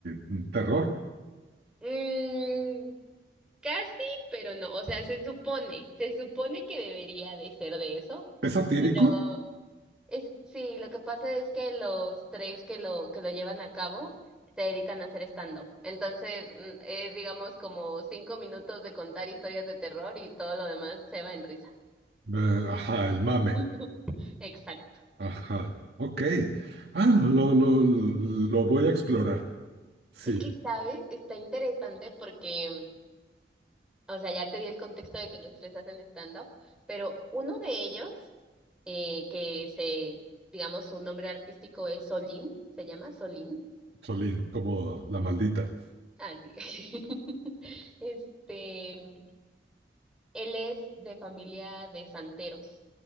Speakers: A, on the right; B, in the centre.
A: mm, terror.
B: Mm, casi, pero no. O sea, se supone, se supone que debería de ser de eso,
A: ¿Es satírico?
B: pero es, sí, lo que pasa es que los tres que lo, que lo llevan a cabo se dedican a hacer stand-up. Entonces, mm, es digamos como cinco minutos de contar historias de terror y todo lo demás se va en risa.
A: Eh, ajá, el mame.
B: <laughs> Exacto.
A: Ajá, ok. Ah, lo, lo, lo voy a explorar. Sí,
B: Es que, ¿sabes? Está interesante porque, o sea, ya te di el contexto de que los tres hacen stand-up, pero uno de ellos eh, que se, digamos, su nombre artístico es Solín, se llama Solín.
A: Solín, como la
B: Mm.
A: maldita.
B: Ah, sí. <laughs> Este, él es de familia de santeros.